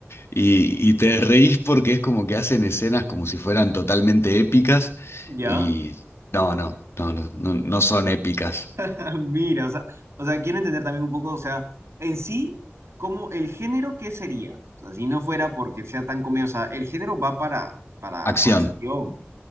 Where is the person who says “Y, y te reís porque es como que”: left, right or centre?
Left